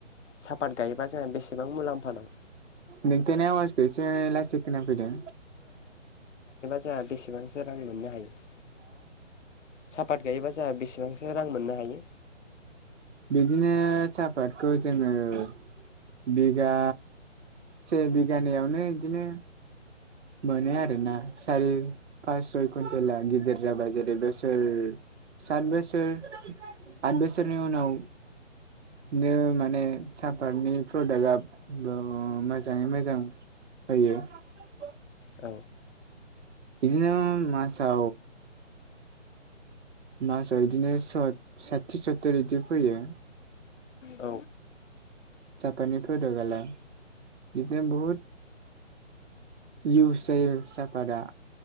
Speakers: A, on the left (about 75°); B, on the right (about 65°).
A: सापाट गायोबा जोंहा बेसेबां मुलाम्फा दं?
B: नोंथांनि आवाजखौ एसे लासै खोना फैदों।
A: जाहा बेसेबांसो रां मोननो हायो हा सापाट गायोबा जाहा बेसे ओंसो रां मोननो हायो?
B: बिदिनो साहपाटखौ जोङो - बिगा से बिघानैयावनो इदिनो मोनो आरोोना सार पास सय कुन्टेला गिदिर जाबाय जेरै बोसोर सात बोसोर आत बोसोरनि उनाव बिनो माने सापातनि प्रडाक्टआ मोजाङै मोजां। <unintelligible>
A: औ
B: बिदिनो मसा मासाव बिदिनो साथि सत्तुर बिदि फैयो।
A: औ
B: जापानिनि प्रडाल जदिनो बहुद इउस सफारा